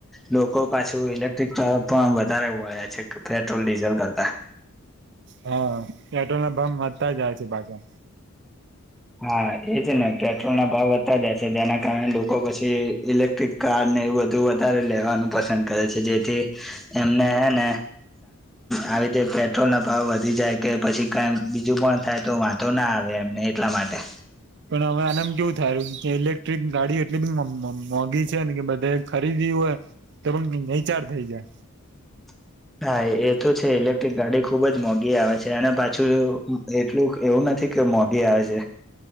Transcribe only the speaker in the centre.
લોકો પાછું ઇલેક્ટ્રિક તરફ પણ વધારે વડયા છે પેટ્રોલ, ડીઝલ કરતા
હા, એજ ને પેટ્રોલ ના ભાવ વધતા જાય છે જેના કારણે લોકો પછી ઇલેક્ટ્રિક કાર એવું બધું વધારે લેવાનું પસંદ કરે છે જેથી એમને હે ને આવી રીતે પેટ્રોલ ના ભાવ વધી જાય કે પછી કાઈ બીજું પણ થાય તો વાંધો ના આવે એમને એટલા માટે
<inaudible> હા એ તો છે ઇલેક્ટ્રિક ગાડી ખુબ જ મોંઘી આવે છે અને પાછું એટલું એવું નથી કે મોંઘી આવે છે